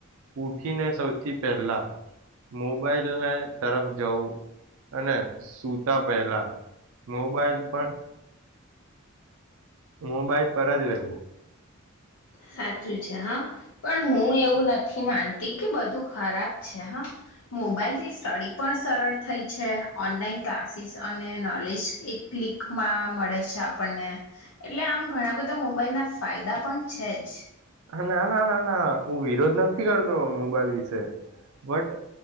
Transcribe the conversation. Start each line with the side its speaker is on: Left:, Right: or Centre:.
Right: ઉઠીને સૌથી પહેલા, મોબાઈલને તરફ જવું અને સુતા પહેલા મોબાઈલ પણ મોબાઈલ પર જ રહેવું.
Left: સાચું છે હા. પણ હું એવું નથી માનતી કે, બધું ખરાબ છે હા મોબાઈલથી સ્ટડી પણ સરળ થઈ છે. ઓનલાઈન ક્લાસીસ અને નોલેજ એક ક્લિકમાં મળે છે આપણને. એટલે, આમ ઘણા બધા મો મલ્યા જ. ફાયદા પણ એજ.
Right: ના, ના, ના, ના. હું વિરોધ નથી કરતો મોબાઈલ વિશે, બટ